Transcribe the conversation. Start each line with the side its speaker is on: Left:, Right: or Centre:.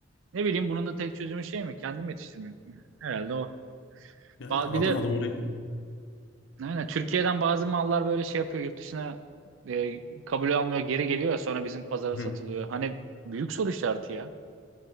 Right: ne bileyim bunun da tek çözümü şey mi? Kendim yetiştirmek mi? Herhalde o.
Left: Yani
Right: Ba-
Left: adım
Right: Bir de
Left: adım oraya.
Right: Aynen. Türkiye'den bazı mallar böyle şey yapıyor. Yurt dışına e, kabul almıyor. Geri geliyor ya sonra bizim pazara
Left: Hı
Right: satılıyor. Hani büyük soru işareti ya.